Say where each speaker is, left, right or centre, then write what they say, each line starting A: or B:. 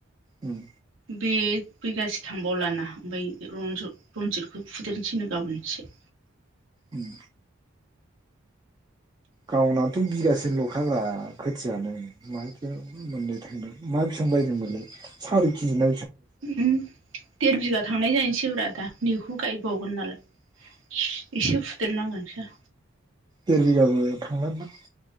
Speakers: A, on the right; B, on the right.
A: उम।
B: बे बिगासे थांबावलाना बै रनज'-रनजितखौ फुदेरनोसैनो गाबोन एसे।
A: उम गावनाथ' बिगासे ल'खा ब्रा खोथियानो माहायथो मोननो थोनो मा बि- सां बायदोंमोननो सारि किजिना
B: ओम देर बिगा थांनाय जाहसै ब्रा आ दा नैखौ गायबावगोन नालाय। एसे फुदेरनांगोनसो।
A: देर बिगाबो थांलादां